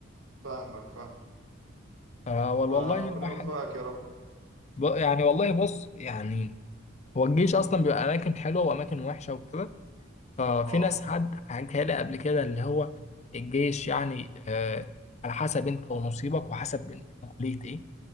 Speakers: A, on the right; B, on the left.
A: فاهمك فاهم
B: آه وال-
A: فربنا
B: والله الواحد
A: يوفقك يا رب
B: ب- يعني والله بص يعني هو الجيش اصلا بيبقى اماكن حلوه واماكن وحشه وكده ففي
A: اه
B: ناس حد حكى لي قبل كده اللي هو الجيش يعني آه على حسب انت ونصيبك وحسب انت كليه ايه